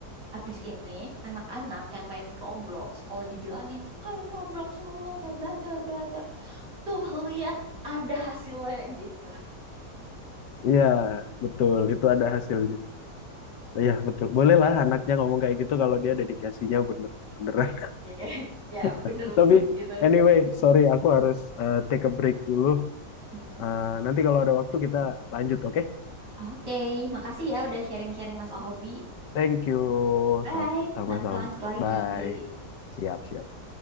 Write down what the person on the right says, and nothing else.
abis ini anak-anak yang main Roblox, kalau dibilangin main Roblox mulu nggak belajar belajar, tuh lihat ada hasilnya gitu.
Iya, <laughs> Ya bener
sih gitu.
Mm-mm.
Oke, makasih ya udah sharing-sharing masalah hobi.
Bye,
nanti lanjut lagi.